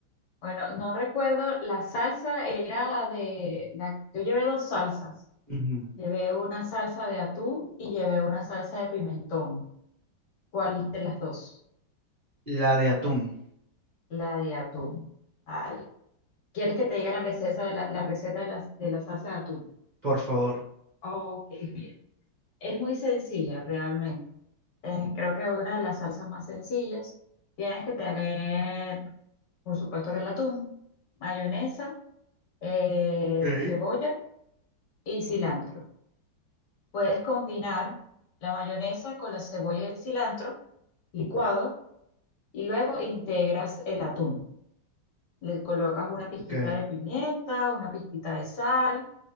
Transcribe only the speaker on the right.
Ujú.
La de atún,
por favor.
Ok.
Ok,